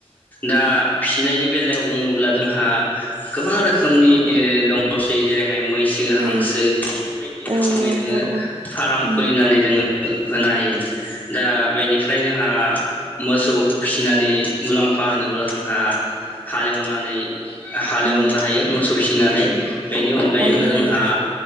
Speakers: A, on the left (about 15°); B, on the right (about 45°).
A: दा फिसिनायनि बेलायाव बुङोब्ला जोंहा गोबां रोखोमनि दङसै जेरै मैसो, हांसो
B: ओं
A: बायदि बायदि रोखोमै
B: औ औ
A: जोङो
B: नंगौ
A: फाराम
B: उम
A: खुलिनानै जोङो होनायो दा बेनिफ्राय जोंहा मोसौ फिसिनानै मुलाम्फा होनोब्ला जोंहा हालेवनानै हालेवनो
B: उम
A: हायो मोसौ फिसि फिनानै। बेनि अनगायैबो
B: हायो
A: जोंहा
B: हायो